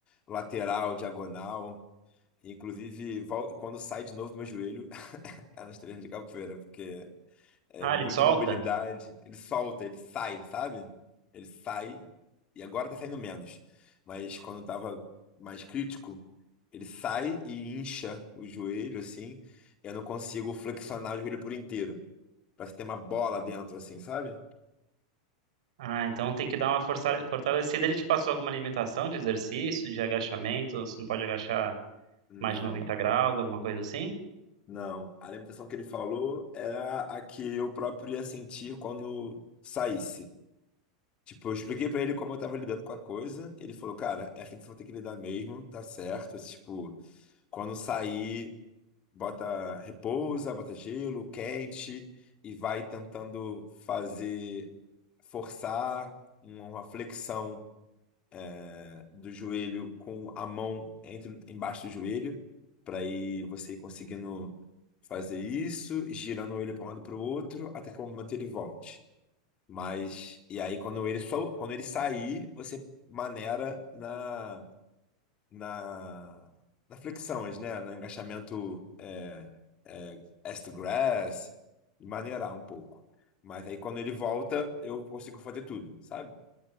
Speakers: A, on the left; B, on the right.
A: lateral, diagonal. Inclusive, vol- quando sai de novo meu joelho, <laughs> é nos treinos de capoeira, porque é
B: Ah,
A: muita
B: ele solta?
A: mobilidade. Ele solta, ele sai, sabe? Ele sai, e agora tá saindo menos. Mas quando tava mais crítico, ele sai e incha o joelho, assim. Eu não consigo flexionar o joelho por inteiro. Parece ter uma bola dentro, assim, sabe?
B: Ah, então tem que dar uma força- fortalecida. Ele te passou alguma limitação de exercício, de agachamento? Você não pode agachar
A: Não,
B: mais de 90 graus, alguma coisa assim?
A: não. A alimentação que ele falou era a que eu próprio ia sentir quando saísse. Tipo, eu expliquei pra ele como eu tava lidando com a coisa. Ele falou, cara, é assim que você vai ter que lidar mesmo, tá certo. Tipo, quando sair, bota repousa, bota gelo, quente, e vai tentando fazer, forçar uma uma flexão né, do joelho com a mão entre, embaixo do joelho, pra ir você ir conseguindo fazer isso, girando ele pra um lado pro outro, até que o momento ele volte. Mas, e aí quando ele, sol- quando ele sair, você maneira na, na, na flexões, né? No agachamento é, é, ass to grass, e maneirar um pouco. Mas aí quando ele volta, eu consigo fazer tudo, sabe?